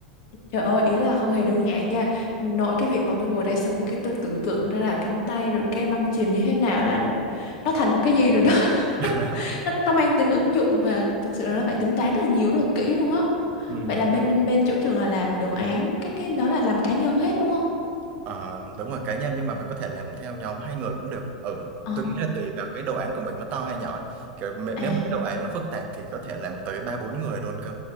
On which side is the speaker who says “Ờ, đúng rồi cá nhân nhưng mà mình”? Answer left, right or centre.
Right